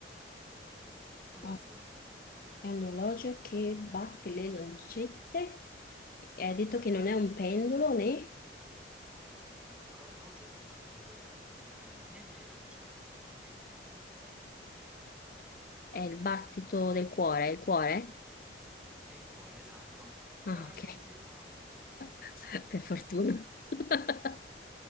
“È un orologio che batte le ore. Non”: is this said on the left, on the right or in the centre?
Centre